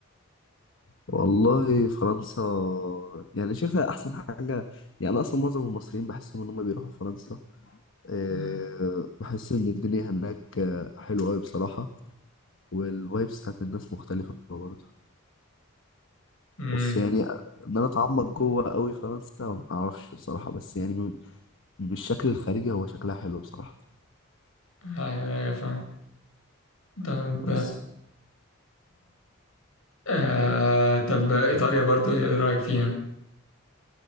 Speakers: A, on the left; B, on the left.
A: والله فرنسا يعني شايفها احسن حاجه يعني أنا اصلا معظم المصريين بحسهم ان هم بيروحوا فرنسا أه
B: مم.
A: بحس ان الدنيا هناك آه، حلوه قوي بصراحه والفايبس بتاعت الناس مختلفه برضه
B: امم
A: بس يعني ان انا اتعمق جوه قوي فرنسا ما اعرفش بصراحه بس يعني من من الشكل الخارجي هو شكلها حلو بصراحه
B: ايوه ايوه فاهم طب
A: بس
B: آه... طب ايطاليا برضو ايه رأيك فيها؟